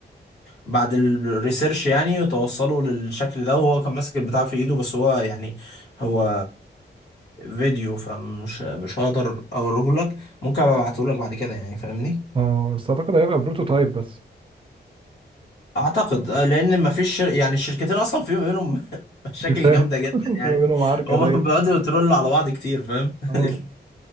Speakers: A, on the left; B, on the right.
A: بعد الريسيرش يعني توصلوا للشكل ده وهو كان ماسك البتاع في ايده بس هو يعني هو فيديو فمش مش هقدر اوريه لك ممكن ابقى ابعته لك بعد كده يعني فاهمني
B: اه بس اعتقد هيبقى بروتوتايب بس
A: اعتقد آه، لان ما فيش شر... يعني الشركتين اصلا في ما بينهم <laughs> مشاكل
B: بيفاهم
A: جامده
B: <laughs>
A: جدا يعني
B: في ما بينهم عركة
A: هما
B: دايرة
A: بيقعدوا يترولوا على بعض كتير فاهم
B: اه
A: <laughs>